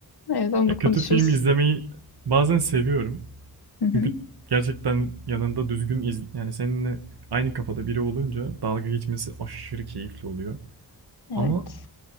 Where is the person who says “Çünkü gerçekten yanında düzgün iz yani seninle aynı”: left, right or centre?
Right